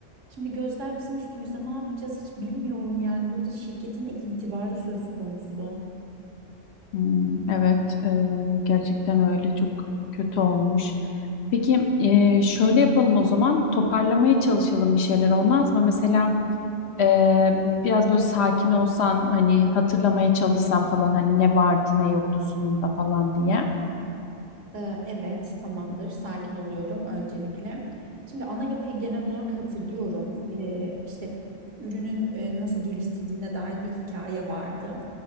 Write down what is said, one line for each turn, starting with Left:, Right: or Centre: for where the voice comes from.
Right: Şimdi gözler bizim üstümüzde ne yapacağız hiç bilmiyorum yani. Burada şirketin de itibarı söz konusu.
Left: Hmm, evet, e, gerçekten öyle çok kötü olmuş. Peki e, şöyle yapalım o zaman toparlamaya çalışalım bir şeyler olmaz mı? Mesela e, biraz böyle sakin olsan hani hatırlamaya çalışsan falan hani ne vardı ne yoktu sunumda falan diye.
Right: Ee, evet tamamdır sakin oluyorum öncelikle. Şimdi ana yapıyı genel olarak hatırlıyorum. Ee, işte ürünün e, nasıl geliştirdiğine dair bir hikaye vardı.